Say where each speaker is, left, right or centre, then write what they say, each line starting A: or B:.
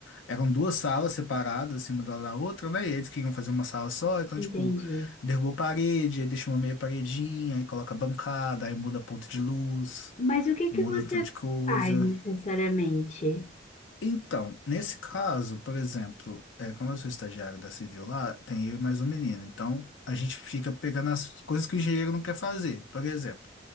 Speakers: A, on the left (about 80°); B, on the left (about 40°).
A: eram duas salas separadas, assim, uma da da outra, né? E eles queriam fazer uma sala só, então,
B: Entendi.
A: tipo, derrubou parede, aí deixa uma meia paredinha, aí coloca bancada, aí muda ponto de luz,
B: Mas o que
A: muda
B: que você
A: um tanto de coisa.
B: faz necessariamente?
A: Então, nesse caso, por exemplo, é, como eu sou estagiário da Civil lá, tem eu e mais um menino. Então, a gente fica pegando as coisas que o engenheiro não quer fazer. Por exemplo,